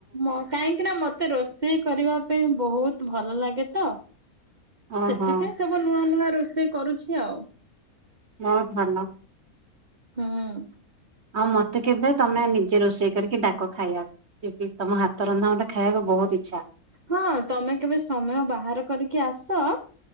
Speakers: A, on the right; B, on the right.
A: ମୋ କାହିଁକିନା ମତେ ରୋଷେଇ କରିବା ପାଇଁ ବୋହୁତ ଭଲ ଲାଗେ ତ।
B: ଓହୋ।
A: ଏପାଇଁ ସବୁ ନୂଆ ନୂଆ ରୋଷେଇ କରୁଛି ଆଉ।
B: ବୋହୁତ ଭଲ।
A: ହୁଁ
B: ଆଉ ମତେ କେବେ ତମେ ନିଜେ ରୋଷେଇ କରିକି ଡାକ ଖାଇବା। ଟକେ ତମ ହାତ ରନ୍ଧା ମତେ ଖାଇବାକୁ ବୋହୁତ ଇଚ୍ଛା।
A: ହଁ ତମେ କେବେ ସମୟ ବାହାର କରିକି ଆସ